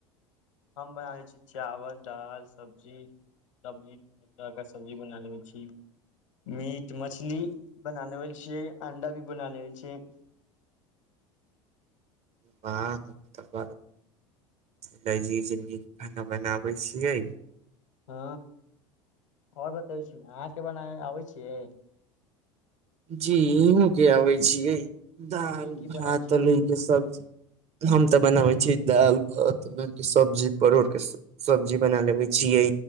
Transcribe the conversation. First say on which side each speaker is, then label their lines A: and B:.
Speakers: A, on the left; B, on the right.
A: हम बनाबै छी चावल दाल सब्जी सब्जी चना का सब्जी बना लेे छी मीट मछली बना लेवल छियै अंडा भी बना लेवल छियै
B: वाह त ब लजीज नीक खाना बनाबै छियै
A: हूं आओर बतबै छी अहाँके बना आबै छियै
B: जी इहो के आबै छियै दाल
A: की की
B: भात
A: बनाबै छियै
B: तलई के सब्जी हम तऽ बनाबै छीये दालि भात <unintelligible> के सब्जी परोरके सब्जी बना लेबे छियै